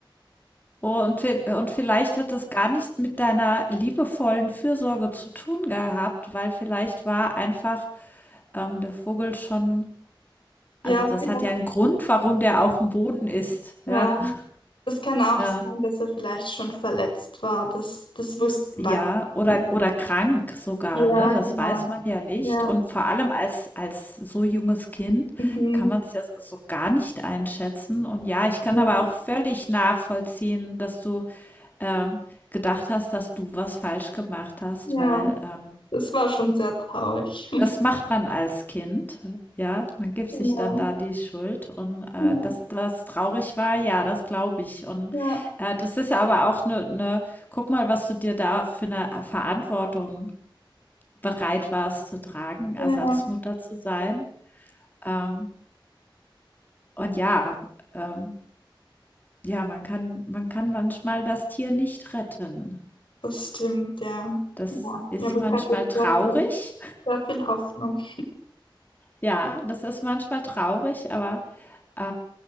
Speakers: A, on the left; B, on the left.
A: Und, und vielleicht hat das gar nichts mit deiner liebevollen Fürsorge zu tun gehabt, weil vielleicht war einfach ähm, der Vogel schon,
B: Ja,
A: also das
B: vielleicht,
A: hat ja einen Grund, warum der auf dem Boden ist.
B: ja,
A: Ja, <laughs>
B: es kann auch
A: äh,
B: sein, dass er vielleicht schon verletzt war. Das, das wusste,
A: ja
B: weiß ich nicht.
A: oder,
B: genau.
A: oder krank sogar,
B: Ja,
A: ne? Das
B: genau.
A: weiß man ja nicht.
B: Ja,
A: Und vor allem als, als so junges Kind
B: mhm.
A: kann man es ja so gar nicht einschätzen. Und ja, ich kann
B: Ja,
A: aber auch völlig nachvollziehen, dass du ähm, gedacht hast, dass du was falsch gemacht hast,
B: ja,
A: weil, ähm,
B: das war schon sehr traurig.
A: das macht man als Kind, ja? Man
B: <laughs>
A: gibt
B: Genau.
A: sich dann da die Schuld und, äh,
B: Ja.
A: dass das traurig war, ja, das glaube ich und,
B: Ja,
A: äh, das ist aber auch eine, 'ne guck mal, was du dir da für eine äh, Verantwortung bereit warst zu tragen,
B: ja,
A: Ersatzmutter zu sein. Ähm, und ja, ähm, ja, man kann man kann manchmal das Tier nicht retten.
B: das stimmt, ja.
A: Das
B: Ja,
A: ist
B: ja, aber
A: manchmal
B: ich hatte
A: traurig.
B: sehr viel, sehr viel Hoffnung.
A: Ja, das ist manchmal traurig, aber, äh,